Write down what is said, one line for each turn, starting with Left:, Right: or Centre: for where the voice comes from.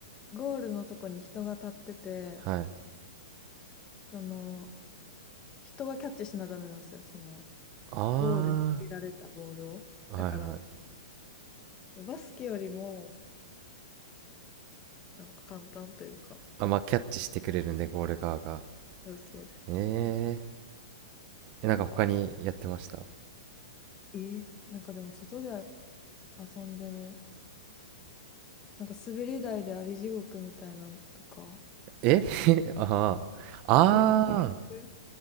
Left: ゴールのとこに人が立ってて、
Right: はい。
Left: その、人がキャッチしなダメなんですよ、その、
Right: あ
Left: ゴールに入れられたボールを。
Right: あ、
Left: だから、
Right: はいはい。
Left: バスケよりも、なんか簡単というか、
Right: あ、まあ、キャッチしてくれるんで、ゴール側が。
Left: そうそうです。
Right: えー、え、なんか他にやってました。
Left: とか、えーなんかでも外で遊んでる、なんか滑り台であり地獄みたいなのとか、
Right: え <laughs> ああ、あ
Left: え、わかります